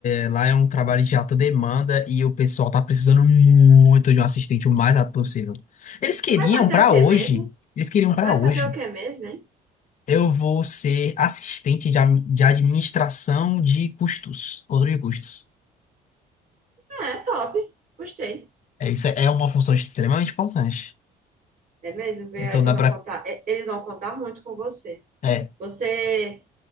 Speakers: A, on the left; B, on the right.
A: é, lá é um trabalho de alta demanda e o pessoal tá precisando muito de um assistente o mais rápido possível. Eles queriam
B: Tu vai fazer
A: pra
B: o que
A: hoje,
B: mesmo?
A: eles queriam pra
B: Tu vai
A: hoje.
B: fazer o que mesmo, hein?
A: Eu vou ser assistente de, ami- de administração de custos, controle de custos.
B: Ah, é top. Gostei.
A: É, isso é, é uma função extremamente importante.
B: É mesmo, viu?
A: Então
B: Eles
A: dá
B: vão
A: pra.
B: contar, é, eles vão contar muito com você.
A: É.
B: Você